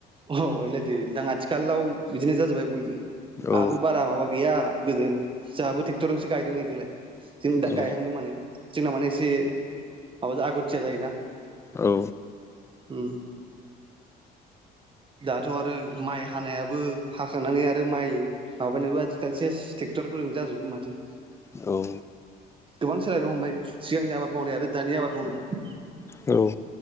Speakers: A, on the right; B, on the left.
A: अ ओयलायथो नोंथां आथिखालाव बिदिनो जाजोबाय बयबो
B: औ
A: आहाबो बारा माबा गैया गोजों जाहाबो ट्रेक्टरजोंसो गायदों नै देग्लाय जों दा
B: औ
A: गायहांदों माने जोंना माने एसे माबाजों आगथिया जायोना
B: औ
A: उम दाथ' आरो माइ हानायाबो हाखांनानै आरो माइ माबानायाबो आजिखालि सेस ट्रेक्टरफोरजों जाजोबो माथो
B: औ
A: गोबां सोलायनो हमबाय सिगांनि आबाद मावनाय आरो दानि आबाद मावनाय
B: औ